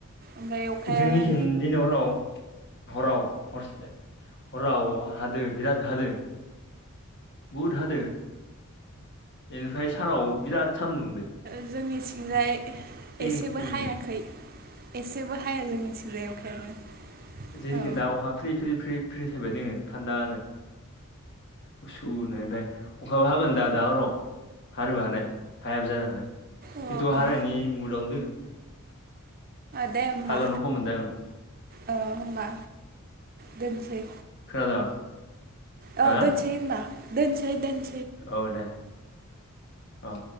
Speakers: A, on the right; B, on the left.
A: ओमफ्राय अखायानो
B: जोंनिखिन दिनै हराव हराव हरसे हराव हादो बिराद हादो बुहुद हादो बेनिफ्राय सानाव बिराद सानदुं दुंदो।
A: जोंनि सिंजाय
B: थिं
A: एसेबो
B: थिंनो
A: हायाखै एसेबो हाया जोंनिथिंजाय अखायानो
B: जोंनिखि
A: औ
B: दा अखा फ्रि फ्रि फ्रि गुसुनो ओमफ्राय अखाबा हागोन दा दा हराव हानोबो हानाय हायाबो जानो हानाय
A: ओ
B: खिन्थु
A: ओ
B: हानायनि मुदावनो दोङो
A: दे होमबा
B: हागोनखौ मोनदों आङो
A: ओ औ होमबा दोनसै
B: खोनादों
A: अ
B: हो
A: दोनसेै होमबा दोनसै दे
B: औ दे औ